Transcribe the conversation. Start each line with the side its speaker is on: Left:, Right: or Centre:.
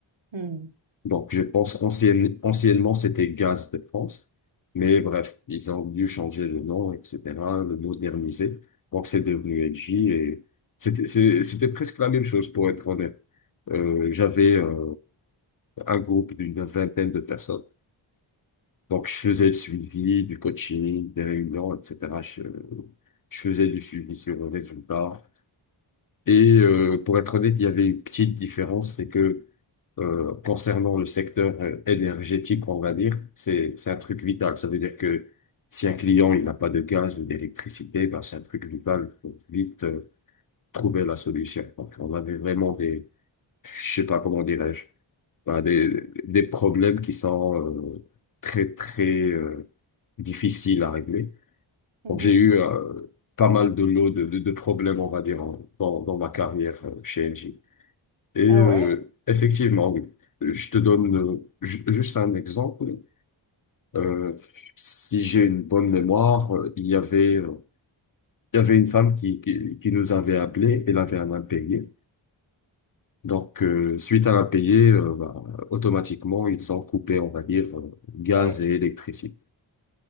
Right: Hmm,
Left: Donc, je pense ancienne- anciennement, c'était Gaz de France. Mais bref, ils ont dû changer le nom, etc., le moderniser. Donc, c'est devenu LG et c'était, c'est- c'était presque la même chose, pour être honnête. Euh, j'avais euh, un groupe d'une vingtaine de personnes. Donc, je faisais le suivi, du coaching, des réunions, etc. Je, je faisais du suivi sur le résultat. Et euh, pour être honnête, il y avait une petite différence, c'est que euh, concernant le secteur euh, énergétique, on va dire, c'est, c'est un truc vital. Ça veut dire que si un client il n'a pas de gaz ou d'électricité, ben, c'est un truc vital. Il faut vite euh, trouver la solution. Donc, on avait vraiment des, je sais pas comment dirais-je, ben, des, des problèmes qui sont euh, très, très euh, difficiles à régler.
Right: mhm.
Left: Donc, j'ai eu euh, pas mal de lots de, de, de problèmes, on va dire, en- dans, dans ma carrière euh, chez Engie. Et euh,
Right: Ah ouais,
Left: effectivement, oui. Euh, Je te donne euh, ju- juste un exemple. Euh, si j'ai une bonne mémoire, euh, il y avait, euh, il y avait une femme qui, qui, qui nous avait appelé, elle avait un impayé. Donc, euh, suite à l'impayé, euh, bah, automatiquement, ils ont coupé, on va dire, euh, gaz
Right: oui.
Left: et électricité.